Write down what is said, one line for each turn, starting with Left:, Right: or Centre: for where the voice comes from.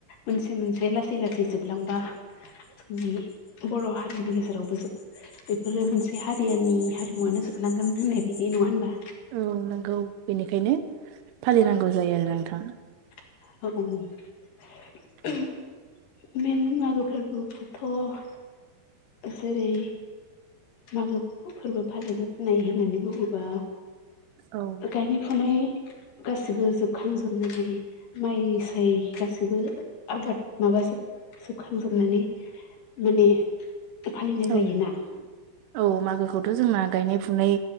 Left: मोनसे मोनसे लासै लासै जोबलांबा जोंनि बर' हारिनि गेजेरावबो बेफोरो मोनसे हारियानि हारिमुवनो जोबलांगोन होननाय बायदि। नङा होनबा?
Right: औ नंगौ बेनिखायनो फालिनांगौ जायो आरो नोंथां।
Left: <unintelligible> बिदिनो मागो फोरबोखौबोथ' जेरै मागो फोरबो फालिनो। होननानै बुङोबा
Right: औ
Left: गायनाय फुनाय गासिबो जोबखांजोबनानै माइ साय गासैबो आबाद माबा जोब जोबखांजोबनानै। माने फालिनाय
Right: औ
Left: जायोना
Right: औ मागोखौथ' जोंना। गायनाय फुनाय